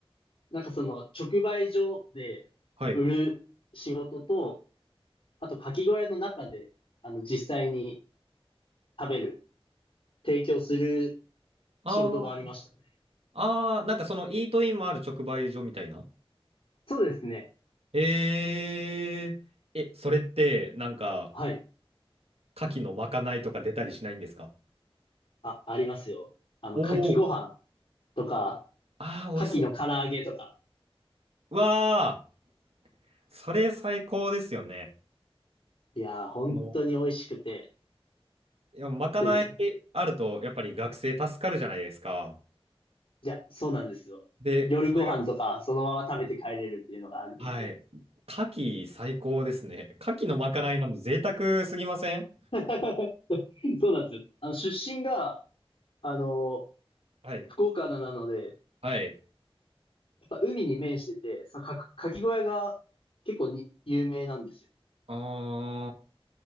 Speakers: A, on the left; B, on the right.
A: なんかその直売所で売る仕事と、
B: はい。
A: あと牡蠣小屋の中で、あの、実際に食べる、提供する
B: あー
A: 仕事がありましたね。
B: あー、なんかそのイートインもある直売所みたいな。
A: そうですね。
B: えー、え、それってなんか
A: はい。
B: 牡蠣のまかないとか出たりしないんですか
A: あ、ありますよ。あの、
B: おおー。
A: 牡蠣ご飯とか、
B: ああ、美味しそう。
A: 牡蠣の唐揚げとか。
B: うわあ、それ最高ですよね。
A: いやー、本当に美味しくて。
B: あの、いや、まかないあるとやっぱり学生助かるじゃないですか。
A: で、じゃ、そうなんですよ。
B: で、
A: 夜ご飯とか、
B: それが、
A: そのまま食べて帰れるっていうのがあるので。
B: はい。牡蠣最高ですね。牡蠣のまかないなんで贅沢すぎません
A: <laughs> そうなんですよ。あの、出身が、あの、
B: はい。
A: 福岡なので、
B: はい。
A: やっぱ海に面してて、そのか、かき小屋が結構に有名なんですよ。
B: あ